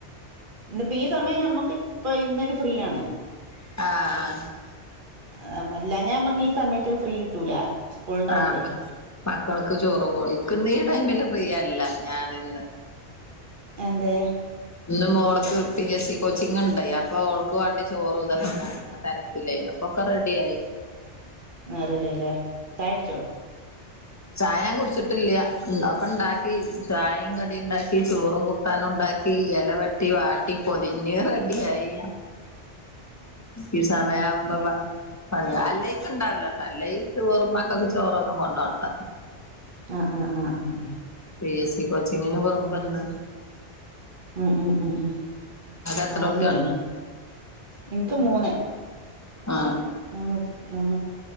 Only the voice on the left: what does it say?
ആഹ് ആഹ്
ആ മക്കൾക്ക് ചോറും കോയി നിക്ക് ഇന്ന് ഈ ടൈമിൽ ഫ്രീ അല്ല ഞാൻ ഇന്ന്
ഇന്ന് മോൾക്ക് പി എസ് സി കോച്ചിങ് ണ്ടായി അപ്പൊ ഓൾക്ക് വേണ്ടി ചോറും ഇതക്ക ണ്ടാക്കി തെരക്കില്ലേ അപ്പൊ ഒകെ റെഡി ആയി
ചായ ഞാൻ കുടിച്ചിട്ടില്ല ഒക്കെ ണ്ടാക്കി ചായും കടിയും ഉണ്ടാക്കി ചോറും കൂട്ടാനും ഉണ്ടാക്കി എല വെട്ടി വാട്ടി പൊതിഞ്ഞ് റെഡിയായി ഈ സമയം
ആവുമ്പോ
പണിയോ അല്ലേക്ക് ണ്ടാവില്ലട്ട അല്ലേൽ ചോറും മക്കൾക്ക് ചോറൊന്നും കൊണ്ടോണ്ട
പി എസ് സി കോച്ചിങ്ന് പോവുമ്പോ എന്നാ
എത്ര
കുട്ടികളാ
ആഹ്